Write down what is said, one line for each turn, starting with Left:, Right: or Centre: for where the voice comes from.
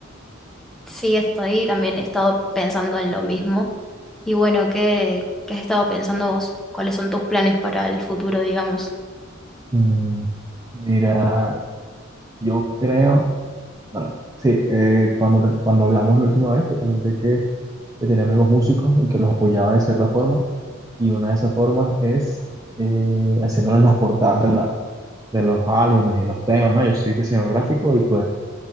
Centre: Sí, estoy también he estado pensando en lo mismo. Y bueno, ¿qué, qué has estado pensando vos? ¿Cuáles son tus planes para el futuro, digamos?
Right: Mm, mira, yo creo, bueno, sí, eh, cuando, te- cuando hablamos la última vez te comenté que, que tenía amigos músicos y que los apoyaba de cierta forma. Y una de esas formas es eh, haciéndoles las portadas de los álbumes y los temas, ¿no? Yo soy diseñador gráfico y pues